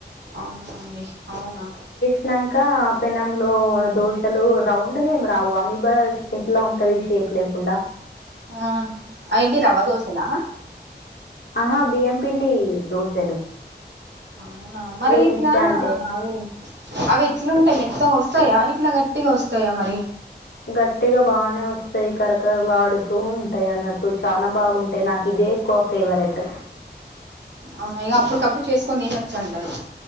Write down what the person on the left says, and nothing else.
ఐనంక పెనములో దోశలు రౌండ్ అదేమి రావు అ మీబా ఎట్లా ఉంటది షేప్ లేకుండా
ఆహా బియ్యం పిండి దోశలు
ఇన్స్టాంటే
గట్టిగ బానే వస్తయి కరకరలాడుతూ ఉంటయి అన్నట్టు, చాలా బాగుంటయి నాకు ఇదే ఎక్కో ఫేవరెట్